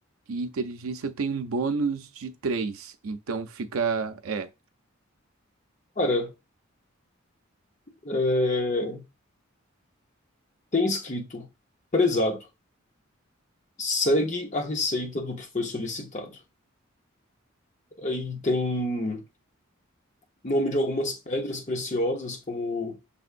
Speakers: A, on the right; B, on the left.
A: e inteligência eu tenho um bônus de três então fica. É.
B: cara, é, tem escrito prezado. Segue a receita do que foi solicitado. Aí tem. nome de algumas pedras preciosas, como